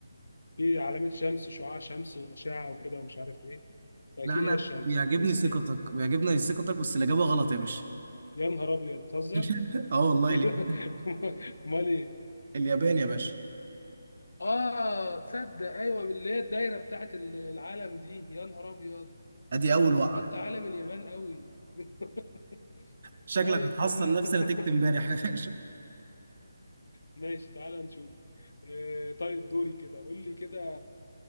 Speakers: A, on the left; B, on the right.
A: في علامه شمس شعاع شمس واشعه وكده ومش عارف ايه فاكيد
B: لا أنا
A: هي الشمس
B: بيعجبني
A: الصين
B: ثقتك بيعجبني ثقتك بس الإجابة غلط يا باشا
A: يا نهار ابيض بتهزر
B: <laughs> اه والله
A: <laughs>
B: اليابان
A: امال إيه؟
B: اليابان يا باشا
A: اه تصدق ايوه اللي هي الدايره بتاعت العالم دي يا نهار ابيض
B: ادي أول
A: انا
B: وقعة
A: سقطت عالم اليابان قوي <laughs>
B: شكلك
A: طيب
B: هتحصل
A: تمام
B: نفس
A: <laughs>
B: نتيجة امبارح يا باشا
A: ماشي تعالى نشوف آه، طيب دوري كده قول لي كده